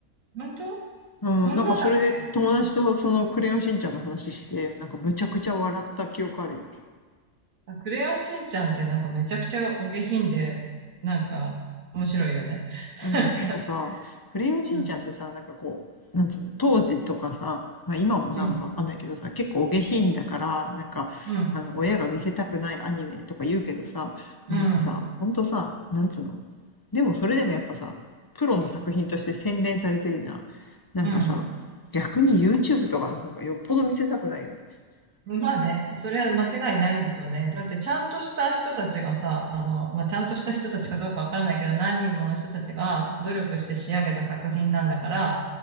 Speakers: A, on the right; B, on the left.
A: 本当
B: うん、
A: そんなだっけクレヨンしんち
B: なんかそれで友達とそのクレヨンしんちゃんの話して、なんかむちゃくちゃ笑った記憶あるよ。
A: ゃん。クレヨンしんちゃんってなんかめちゃくちゃお下品で、なんか面白いよね。<laughs>
B: うん、なんかさ、クレヨンしんちゃんってさ、
A: なんか、う
B: なんかこう、なんつうの、当時とかさ、まあ今もなのかわかんないけどさ、
A: ん、
B: 結構お下品だから、なんか、
A: うん、
B: あの、親が見せたくないアニメとか言うけどさ、
A: うん、
B: なんかさ、ほんとさ、なんつうの。でもそれでもやっぱさ、プロの作品として洗練されてるじゃん。なんかさ、
A: うん、
B: 逆に YouTube とかの方がよっぽど見せたくないよね。
A: まあね、それは間違いないよね。だってちゃんとした人たちがさ、あの、まあ、ちゃんとした人たちかどうかわからないけど、何人もの人たちが努力して仕上げた作品なんだから、